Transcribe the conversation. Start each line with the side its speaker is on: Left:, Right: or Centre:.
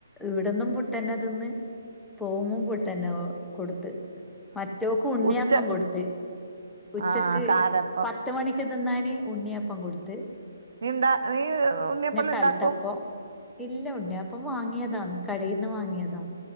Centre: ഇവട്ന്നും പുട്ടന്നെ തിന്ന് പോവുമ്പും പുട്ടെന്നെ കൊട്ത്ത്. മറ്റോക്ക് ഉണ്ണിയപ്പം
Right: ഉച്ച
Centre: കൊട്ത്ത് ഉച്ചക്ക്
Right: ആഹ് കാരപ്പം
Centre: പ ത്ത് മണിക്ക് തിന്നാന് ഉണ്ണിയപ്പം കൊട്ത്ത്.
Right: നീ ണ്ടാ നീ ഉണ്ണ്യപ്പെല്ല
Centre: കലത്തപ്പം
Right: ണ്ടാക്കും?
Centre: ഇല്ല ഉണ്ണിയപ്പം വാങ്ങിയതാന്ന് കടേന്ന് വാങ്ങിയതാ.